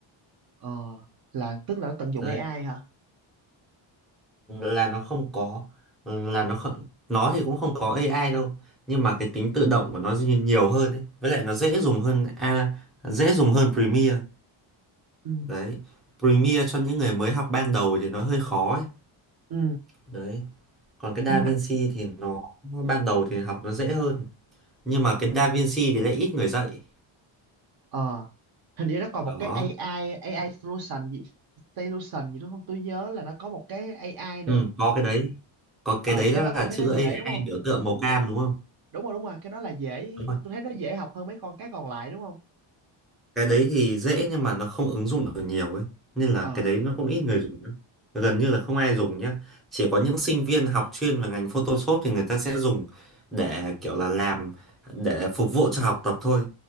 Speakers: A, on the right (about 50°); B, in the centre.
A: ờ là tức là nó tận
B: đấy
A: dụng AI hả
B: là nó không có ừ, là nó không nó thì cũng không có AI đâu nhưng mà cái tính tự động của nó dĩ nhiên nhiều hơn ấy với lại nó dễ dùng hơn a dễ dùng hơn Premiere
A: ừ
B: đấy Premiere cho những người mới học ban đầu thì nó hơi khó ấy
A: ừ
B: đấy còn cái DaVinci
A: nhưng mà
B: thì nó ban đầu thì học nó dễ hơn nhưng mà cái DaVinci thì lại ít người dạy
A: ờ hình như nó còn
B: đó
A: một cái AI AI solution gì solution gì đúng không tôi nhớ là nó có một cái AI nữa
B: ừ, có cái đấy có
A: ờ
B: cái đấy
A: cái
B: là,
A: đó
B: là
A: tôi thấy
B: chữ
A: nó dễ
B: AI
A: đúng không
B: biểu tượng màu cam đúng không
A: đúng rồi đúng rồi cái đó là dễ
B: Đúng rồi.
A: tôi thấy nó dễ học hơn mấy con cái còn lại đúng không
B: cái đấy thì dễ nhưng mà nó không ứng dụng được nhiều ấy nên là
A: ờ
B: cái đấy nó cũng ít người dùng lắm. gần như là không ai dùng nhá chỉ có những sinh viên học chuyên về ngành Photoshop thì người ta sẽ dùng để kiểu là làm để phục vụ cho học tập thôi